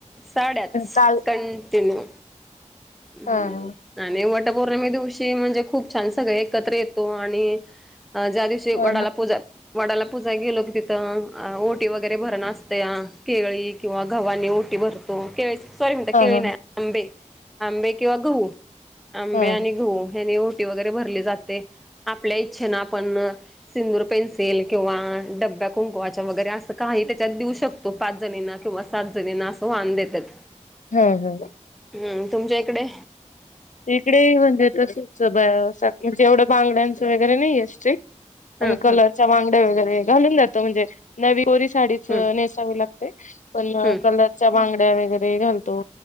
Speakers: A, in the centre; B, on the left.
A: साड्याच
B: चाल
A: कंटिन्यू.
B: हा
A: हम्म
B: हा.
A: आणि वटपौर्णिमा दिवशी म्हणजे. खूप छान सगळे एकत्र येतो आणि ज्या दिवशी
B: हा
A: वडाला पूजा. वडाला पूजा गेलो. तर ओटी वगैरे भरण असते या केळी किंवा घवनी ओटी भरन केवाय सॉरी म्हणता केवा
B: हा
A: नाही आंबे आंबे केव्हा गहू. आंबे
B: हा
A: आणि गहू हनी ओटी वगैरे भरली जाते आपल्या इच्छेन आपण सिन्दुर पेन्सिल किंवा डब्या कुंकुवाच्या वगैरे असं काही त्याच्यात देऊ शकत. तो पाच जणीना किंवा सात जणीना असं वान देतात
B: हा हा..
A: हम्म. तुमच्या इकडे?
B: इकडे म्हणजे तसच म्हणजे एवढं बांगड्यांचं वगैरे नाही अस्ट्रिक
A: हा
B: आम्ही कलरच्या
A: हा
B: वांगड वगैरे घालून जातो म्हणजे नवीोरी साडीच
A: हम्म
B: ने पण
A: हम्म
B: कलरच्या बगड्या वरे घालतो